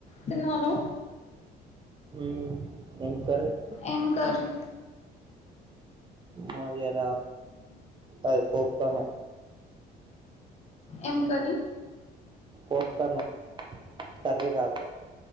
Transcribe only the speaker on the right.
మ్ ఏం కర్రి
మాది ఇయాల అది పోప్కన్నం
పోప్కన్నం కర్రి కాదు